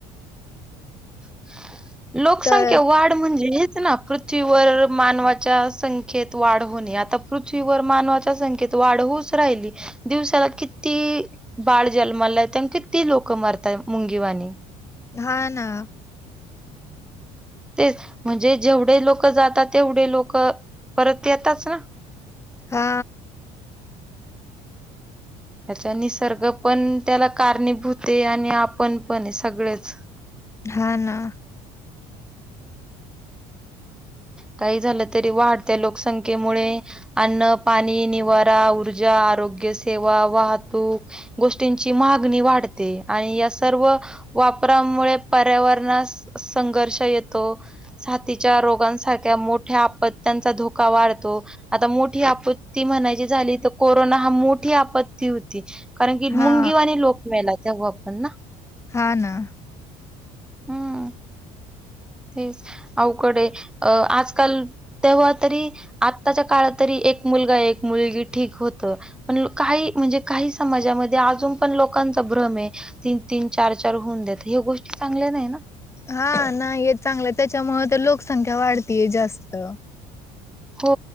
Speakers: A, in the centre; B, on the left (about 20°).
A: <unintelligible> लोकसंख्या
B: तर
A: वाढ म्हणजे ना पृथ्वीवर मानवाच्या संख्येत वाढ होणे. आता पृथ्वीवर मानवाच्या संख्येत वाढ होच राहिली. दिवसाला किती बाळ जन्माला येतय किती लोक मरतात मुंगीवाणी.
B: हा ना
A: तेच म्हणजे जेवढे लोक जातात तेवढे लोक परत येताच ना.
B: हा
A: त्याचा निसर्ग पण त्याला कारणीभूत आहे आणि आपण पण सगळेच
B: हा ना
A: काही झालं तरी वाढत्या लोकसंख्येमुळे अन्न, पाणी, निवारा, ऊर्जा, आरोग्य सेवा, वाहतूक गोष्टींची मागणी वाढते आणि या सर्व वापरामुळे पर्यावरणास संघर्ष येतो. सााथीच्या रोगा सारख्या मोठ्या आपत्यांचा धोका वाढतो. आता मोठी आपत्ती म्हणायची झाली तर कोरोना हा मोठी आपत्ती होती. कारण की
B: हा
A: मुंगीवानी लोक मेल्यात. तेव्हा पण ना
B: हा ना.
A: हम्म. तेच अवकडे अ आजकाल तेव्हा तरी आताच्या काळात तरी एक मुलगा एक मुलगी ठीक होत, पण काही म्हणजे काही समाजामध्ये अजून पण लोकांचा भ्रम हे. तीन-तीन चार-चार होऊन देत हे गोष्टी चांगल्या नाही ना.
B: हा नाहीय चांगलं त्याच्यामुळ तर लोकसंख्या वाढतीय जास्त.
A: हो